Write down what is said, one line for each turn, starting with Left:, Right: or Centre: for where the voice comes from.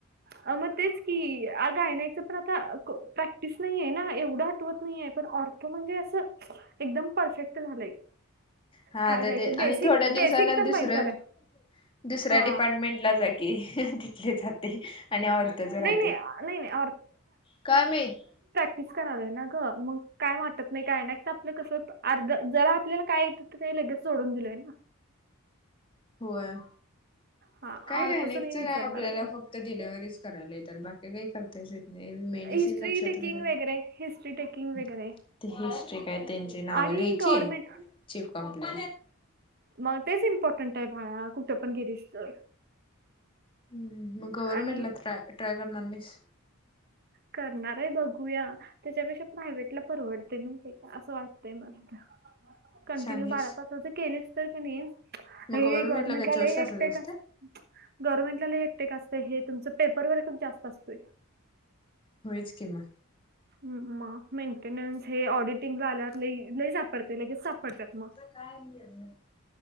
Right: मग तेच की, गायनेकचं पण आता प्रॅक्टिस नाही ना, एवढं आठवत नाही आहे पण- त म्हणजे, असं एकदम परफेक्ट झालंय.
Left: हा,
Right: काय
Left: तर
Right: द्यायचं
Left: ते
Right: बेसिक
Left: आणि थोड्या दिवसाना
Right: बेसिक तर
Left: दुसरं-
Right: माहित झालंय
Left: दुसऱ्या
Right: हा
Left: डिपार्टमेंटला जा की. जाते आणि आँर्थोच राहते.
Right: नाही नाही आ- नाही नाही
Left: काय माहीत?
Right: मिस करायलोय ना ग, मग काय वाटत नाही काय नाही, आपलं कस अर्ध जरा आपल्याला काय- काही लगेच सोडून दिलोय ना.
Left: होय.
Right: हा
Left: काय,
Right: अर्थच
Left: नाय <unintelligible> लेक्चर
Right: नाही विसरणार
Left: काय आपल्याला,
Right: आता
Left: फक्तऽ- फक्त डिलेव्हरीच करायला येत्यात, बाकी काही करताच ये- मेडिसिन
Right: हिस्ट्री
Left: लक्षात
Right: टेकिंग
Left: घरा
Right: वगैरे हिस्ट्री टेकिंग
Left: <unintelligible>
Right: वगैरे
Left: ते हिस्ट्री काय त्यांची नावं
Right: आणि
Left: लिहायची,
Right: गव्हर्नमेंट
Left: चीफ कंप्ले-
Right: मग तेच इम्पॉर्टंट आहे भाळा, कुठे पण गेलीस तर.
Left: हम्म, मग गव्हरमेंट
Right: आणि
Left: ला ट्र ट्राय करणार नाहीस.
Right: करणार आहे बघूया. त्याच्यापेक्षा प्रायव्हेट ला परवडतय माहिती काय, असं वाटतंय मला तर. कंटिन्यू
Left: शहाणी
Right: बारा
Left: आहेस
Right: तसाच केलेस तर कनी-
Left: मग
Right: हे,
Left: गव्हर्नमेंटला
Right: गव्हर्नमेंट
Left: काय
Right: आला
Left: चोवीस तासाच
Right: हेक्टर
Left: असतय
Right: काय अस- <unintelligible> गव्हर्नमेंटला लय हेक्टीक असतंय, हे तुमच पेपर वर्कच जास्त असतोय.
Left: होयच किं मग.
Right: मग, मेंटेन्स हे ऑडिटिंगला आल्यावर लय लईच सापडते्य, लगेच सापडतात.
Left: सुद्ध काय घेन नाही. <unintelligible>